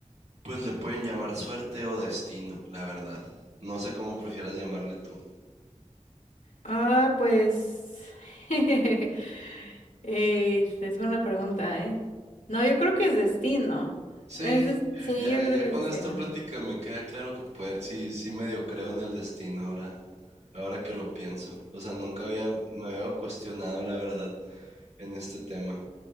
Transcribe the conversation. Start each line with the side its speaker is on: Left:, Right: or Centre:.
Right: Pues le pueden llamar suerte o destino, la verdad. No sé cómo prefieras llamarle tú.
Left: Ah, pues... <laughs> eh, es buena pregunta, ¿eh? No, yo creo que es destino.
Right: Sí,
Left: Es, des- sí,
Right: ya,
Left: yo creo
Right: ya
Left: que
Right: con
Left: es destino.
Right: esta plática me queda claro que puede, sí, sí medio creo en el destino ahora, ahora que lo pienso. O sea, nunca había, me había cuestionado la verdad en este tema.